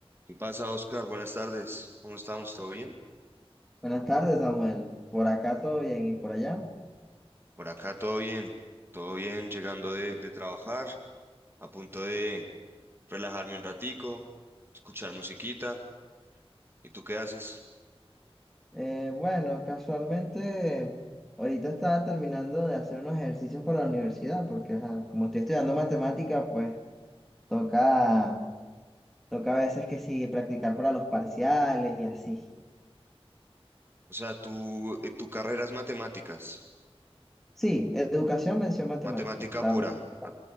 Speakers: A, on the right; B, in the centre.
A: ¿Qué pasa, Oscar? Buenas tardes. ¿Cómo estamos? ¿Todo bien?
B: Buenas tardes, Samuel. Por acá todo bien y por allá.
A: Por acá todo bien. Todo bien, llegando de, de trabajar, a punto de relajarme un ratico, escuchar musiquita. ¿Y tú qué haces?
B: Eh, bueno, casualmente ahorita estaba terminando de hacer unos ejercicios para la universidad, porque ajá, como estoy estudiando matemática, pues toca, toca a veces que sí, practicar para los parciales y así.
A: O sea, tú, eh, tu carrera es matemáticas,
B: Sí, educación, mención matemática.
A: matemática
B: O sea,
A: pura.
B: matemática.
A: Ma-